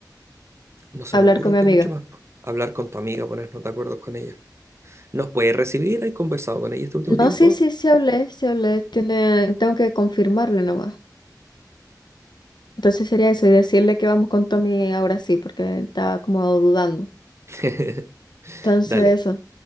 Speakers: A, on the right; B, on the left.
A: no se
B: Hablar
A: me ocurre
B: con mi
A: que
B: amiga.
A: mucho más. po. Hablar con tu amiga, ponernos de acuerdo con ella. ¿Nos puede recibir? ¿Has conversado con ella este último tiempo?
B: No, sí, sí, sí hablé, sí hablé, tiene, tengo que confirmarle nomás. Entonces sería eso y decirle que vamos con Tommy ahora sí, porque estaba como dudando.
A: <laughs>
B: Entonces
A: Dale.
B: eso,